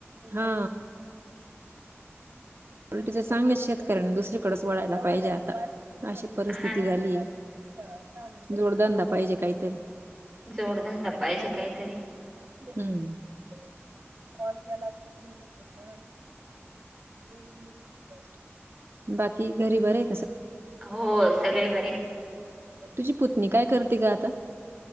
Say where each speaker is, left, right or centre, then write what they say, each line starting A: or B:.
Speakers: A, on the right (about 55°); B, in the centre.
A: हा <unintelligible> चांगल्याच शेतकऱ्यांन दुसरीकडेच वळायला पाहिजे आता <unintelligible> अशी परिस्थिती
B: हा ना
A: झालीये. <unintelligible> जोडधंदा पाहिजे काहीतरी.
B: जोडधंदा पाहिजे काहीतरी.
A: <inaudible> <unintelligible> बाकी घरी बरी
B: हो सगळे बरे.
A: तुझी पुतनी काय करते गं आता?